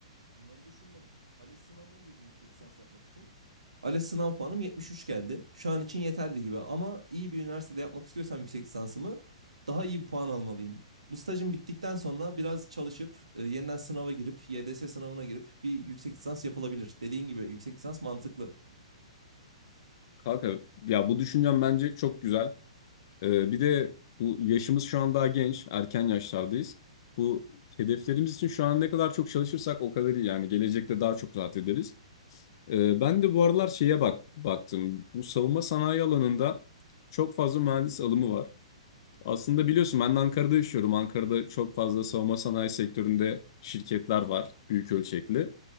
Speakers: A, on the right (about 70°); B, on the left (about 45°).
A: Bunları düşündüm. ALES sınavına girdim yüksek lisans yapmak için. ALES sınav puanım 73 geldi. Şu an için yeterli gibi ama iyi bir üniversitede yapmak istiyorsam yüksek lisansımı daha iyi bir puan almalıyım. Bu stajım bittikten sonra biraz çalışıp e, yeniden sınava girip YDS sınavına girip bir yüksek lisans yapılabilir. Dediğin gibi yüksek lisans mantıklı.
B: Kanka ya bu düşüncem bence çok güzel. Ee, bir de bu yaşımız şu an daha genç, erken yaşlardayız. Bu hedeflerimiz için şu an ne kadar çok çalışırsak o kadar iyi yani gelecekte daha çok rahat ederiz. Ee, ben de bu aralar şeye bak baktım. Bu savunma sanayi alanında çok fazla mühendis alımı var. Aslında biliyorsun ben de Ankara'da yaşıyorum. Ankara'da çok fazla savunma sanayi sektöründe şirketler var büyük ölçekli.